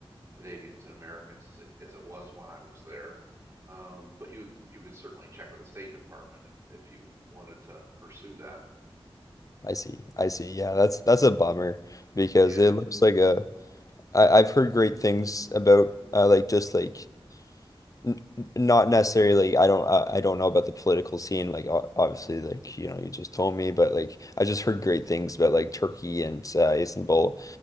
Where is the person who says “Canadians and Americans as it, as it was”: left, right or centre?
Right